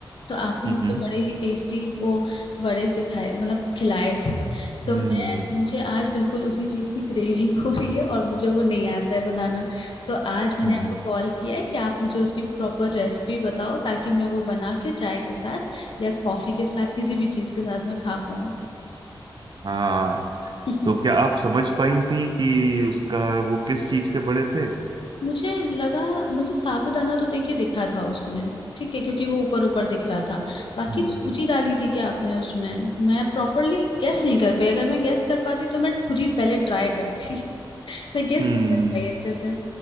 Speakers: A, on the left (about 65°); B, on the right (about 55°).
A: तो आपने
B: हम्म
A: मुझे बड़े ही टेस्टी वो बड़े सिखाए मतलब खिलाए थे तो
B: हम्म
A: मैं मुझे आज बिल्कुल उसी चीज़ की क्रेविंग हो रही है और मुझे वो नहीं आता है बनाना तो आज मैंने
B: हम्म
A: आपको कॉल किया है कि आप मुझे उसकी प्रॉपर रेसिपी बताओ ताकि मैं वो बना के चाय के साथ या कॉफ़ी के साथ किसी भी चीज़ के साथ मैं खा पाऊँ
B: हाँ
A: <laughs>
B: तो क्या आप समझ पाई थी कि उसका वो किस चीज के पड़े थे
A: मुझे लगा मुझे साबूदाना तो देखिए दिखा था उसमें ठीक है क्योंकि वो ऊपर ऊपर दिख रहा था बाकी
B: हम्म
A: सूजी
B: हम्म
A: डाली थी क्या आपने उसमें मैं प्रॉपरली गैस नहीं कर पाई अगर मैं गैस कर पाती तो मैं खुद ही पहले ट्राई करती <laughs> मैं गैस
B: हम्म,
A: नहीं कर पाई अच्छे से